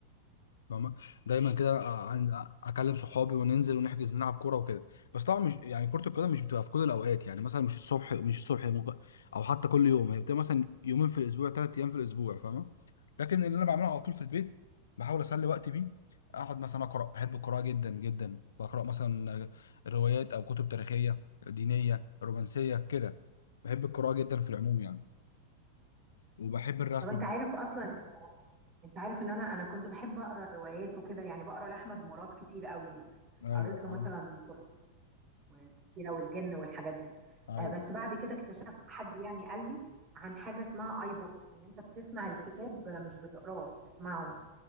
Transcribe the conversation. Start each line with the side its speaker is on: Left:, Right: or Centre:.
Left: فاهمة؟ دايما كده آه، عن- آه، اكلم صحابي وننزل ونحجز نلعب كوره وكده بس طبعا مش يعني كره القدم مش بتبقى في كل الاوقات يعني مثلا مش الصبح مش الصبح ممكن او حتى كل يوم هي بتبقى مثلا يومين في الاسبوع ثلاث ايام في الاسبوع فاهمه لكن اللي انا بعمله على طول في البيت بحاول اسلي وقتي بيه اقعد مثلا اقرا بحب القراءه جدا جدا بقرا مثلا روايات او كتب تاريخيه دينيه رومانسيه كده بحب القراءه جدا في العموم يعني وبحب الرسم
Right: طب أنت عارف أصلا أنت عارف إن أنا أنا كنت بحب أقرأ الروايات وكده يعني بقرأ لأحمد مراد كتير قوي
Left: ايوه
Right: قريت له
Left: عارف
Right: مثلا طر- والكبيرة والجن والحاجات دي
Left: ايوه
Right: آه بس بعد كده اكتشفت حد يعني قال لي عن حاجة اسمها آي بوك إن أنت بتسمع الكتاب مش بتقراه تسمعه